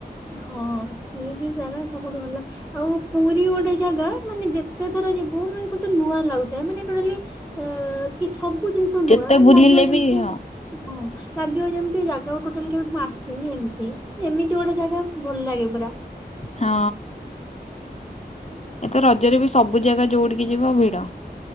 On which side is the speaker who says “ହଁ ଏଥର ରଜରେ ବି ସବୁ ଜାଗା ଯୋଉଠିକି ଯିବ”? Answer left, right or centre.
Left